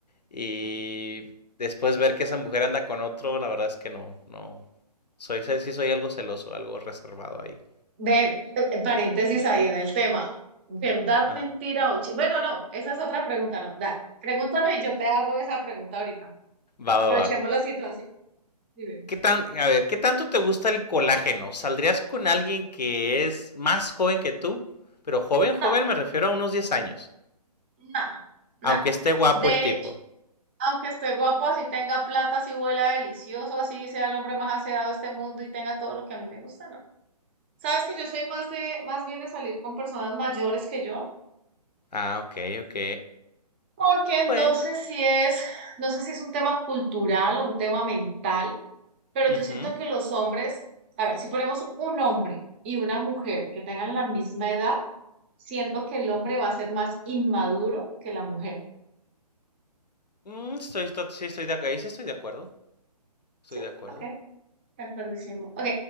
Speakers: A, on the left (about 85°); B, on the right (about 15°).
A: Y después ver que esa mujer anda con otro, la verdad es que no, no. Soy, sí sí soy algo celoso, algo reservado ahí.
B: Ven, eh, eh, paréntesis ahí en el tema. ¿Verdad,
A: Ah,
B: mentira o chi- Bueno, no, esa es otra pregunta, no. Da, pregúntame y yo te hago esa pregunta ahorita.
A: va,
B: Aprovechemos
A: va, va.
B: la situación. Dime.
A: ¿Qué tan, a ver, ¿qué tanto te gusta el colágeno? ¿Saldrías con alguien que es más joven que tú? Pero joven, joven
B: No,
A: me refiero a unos 10 años.
B: no, no.
A: Aunque esté guapo
B: De
A: el tipo.
B: hecho, aunque esté guapo, así tenga plata, así huela delicioso, así sea el hombre más aseado de este mundo y tenga todo lo que a mí me gusta, no. Sabes que yo soy más de, más bien de salir con personas mayores que yo,
A: Ah, ok, ok.
B: porque no
A: Bueno.
B: sé si es, no sé si es un tema cultural o un tema mental Pero
A: ujú.
B: yo siento que los hombres, a ver, si ponemos un hombre y una mujer que tengan la misma edad, siento que el hombre va a ser más inmaduro que la mujer.
A: Mm, estoy, esto- sí, estoy de, ac- ahí sí estoy de acuerdo. Estoy
B: Sí,
A: de acuerdo.
B: ok, de acuerdísimo. Ok,